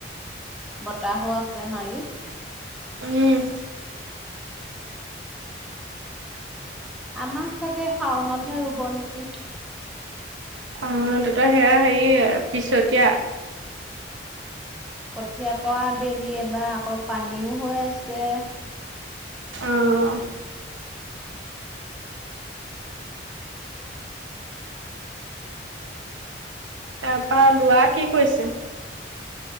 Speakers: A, in the centre; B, on the right (about 90°).
A: বতাহো আছে মাৰি।
B: উম।
A: আমাৰ চাগে, শাওনতহে ৰোব নেকি!
B: অ'! ত'ত সেয়া, হেৰি পিছতীয়া।
A: কঠীয়া পৰা দেৰি এবাৰ। আকৌ, পানীও হৈ আছে।
B: উম! তাৰপৰা, লোৱা কি কৰিছে?